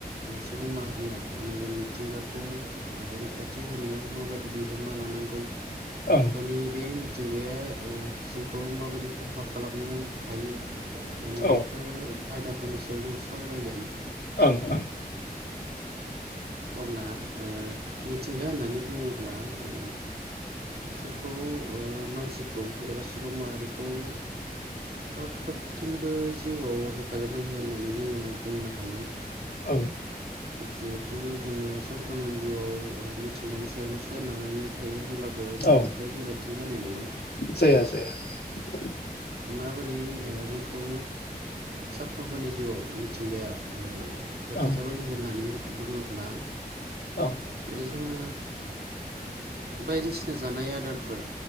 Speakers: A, on the right; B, on the left.
A: सुबुं माहारिया नैबे मिथिंगाखौ रैखाथि होनायाव माबायदि बिहोमा लानांगौ
B: ओं
A: बा नैबे मिथिंगाया जोंखौ माबायदि खहा खालामनो हायो दा नैबेफोर
B: औ
A: आयदाफोरनि सायाव जों सावरायगोन
B: औ औ
A: अब्ला ओ मिथिंगा होननानै बुङोब्ला ओ बिथांखौ मानसिखौ एबा सुबुं माहारिखौ फार्फ्रथिंबो जिउआव हेफाजाब होयो होननानै जोङो बुंनो हायो
B: औ
A: जिहेथु जोङो सानफ्रोमबो जिउआव मिथिंगानि सायावनो सोरनारनानै थायो हब्ला बो बांद्राय
B: औ
A: गोरोन्थि जानाय नङा
B: जाया जाया <inaudible>
A: माबोरै जोंखौ साफ्रोमबोनि जिउआव मिथिंगाया हेफाजाब
B: ओं
A: होयो होननानै बुङोब्ला
B: औ
A: आरो जोङो बायदिसिना जानाय आदारफोर